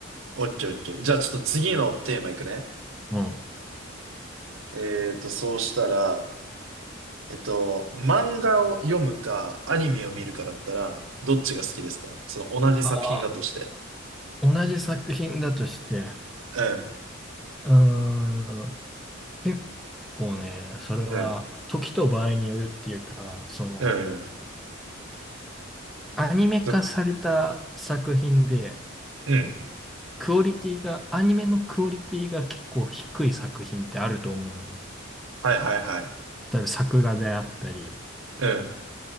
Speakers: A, on the right (about 70°); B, in the centre.
A: ケーオッケー。じゃあちょっと次のテーマいくね。
B: うん。
A: えっと、そうしたら、えっと、漫画を読むか、アニメを見るかだったら、どっちが好きですかその同じ作品だとして。
B: あ同じ作品だとして、
A: うん、
B: うーん、結構ね、それは時と場合によるっていうか、
A: うん、
B: その、
A: うん、うん。
B: アニメ化された作品で、
A: そうん。
B: クオリティが、アニメのクオリティが結構低い作品ってあると思うのよ。
A: はいはいはい。
B: 例えば作画であったり、
A: うん、